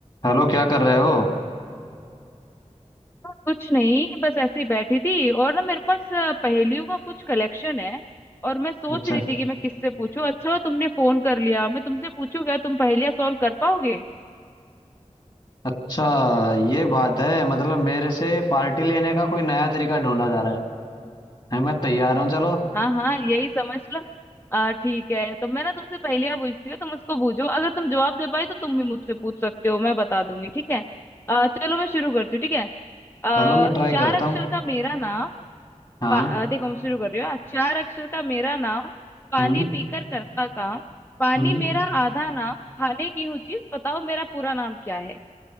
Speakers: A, on the left; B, on the left.
A: Hello क्या कर रहे हो
B: कुछ नहीं बस ऐसे ही बैठी थी और ना मेरे पास अ, पहेलियों का कुछ कलेक्शन है और मैं सोच
A: अच्छा
B: रही थी कि मैं किससे पूछूं अच्छा हुआ तुमने फोन कर लिया मैं तुमसे पूछूं क्या तुम पहेलियां सॉल्व कर पाओगे
A: अच्छा ये बात है मतलब मेरे से पार्टी लेने का कोई नया तरीका ढूंढा जा रहा है है, मैं तैयार हूँ चलो
B: हाँ हाँ यही समझ लो आ ठीक है तो मैं ना तुमसे पहेलियां पूछती हूँ तुम उसको पूछो अगर तुम जवाब दे पाए तो तुम भी मुझसे पूछ सकते हो मैं बता दूंगी ठीक है अ, चलो मैं शुरू करती हूँ ठीक है आ,
A: चलो मैं ट्राई
B: चार
A: करता
B: अक्षर
A: हूँ
B: का मेरा नाम,
A: हाँ
B: पा- अ, देखो मैं शुरू कर रही हूँ चार अक्षर का मेरा नाम पानी
A: हम्म
B: पीकर करता काम पानी
A: हम्म
B: मेरा आधा नाम खाने की हूँ चीज बताओ मेरा पूरा नाम क्या है